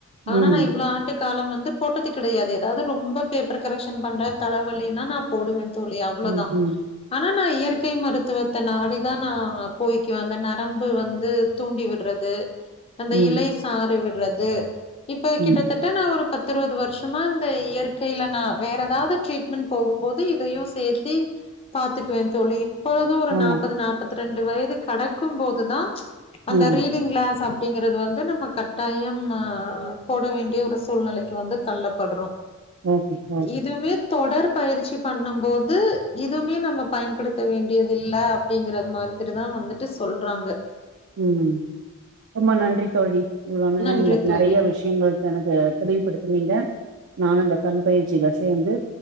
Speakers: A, on the left; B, on the right.
A: ஆனா
B: ம்
A: நா இவ்வள ஆண்டு காலம் வந் போட்டது கிடையாது ஏதாவது ரொம்ப பேப்பர் கரெக்ஷன் பண்ற தலைவலனா நா போடுவே தோழி அவ்வளவுதா
B: ம் ம்
A: ஆனா நா இயற்கை மருத்துவத்தை நாடிதா நா போய்கக்குவே அந்த நரம்பு வந்து தூண்டி விடுறது அந்த
B: ம்
A: இலை சாறு விறு விடறது இப்ப கிட்டத்தட்ட
B: ம்
A: நா ஒரு பத்து இருபது வருஷமா இந்த இயற்கையில நா வேற ஏதாவது ட்ரீட்மெண்டட் போகும் போது இதையும் சேர்த்தி பார்த்துக்குவே தோழி போது ஒரு
B: ஆ
A: நாற்பது நாற்பத்தி ரெண்டு வயது கிடக்கும் போது தா அந்த
B: ம்
A: ரீடிங் கிளாஸ் அப் அப்படிங்கறது வந்து நம்ம கட்டாயம் ஆ போட வேண்டிய ஒரு சூழ்நிலை வந்து தள்ளப்படுறோ
B: ஓகே ஓகே
A: இதுமே தொடர் பயிற்சி பண்ணும் போது இதுவுமே நம்ம பயன்படுத்த வேண்டியது இல்ல அப்பிடிங்கறது மாதிரிட்டுதா வந்துட்டு சொல்றாங்க
B: ம் ரொம்ப நன்றி தோழி இவ்ளோ நேர
A: நன்றி
B: எங்களுக்கு
A: தோழி.
B: நெறைய விஷயங்கள் எனக்கு தெரிய படுத்தினீங்க நீங்க நானு அந்த கண் பயிற்சியில சேர்ந்து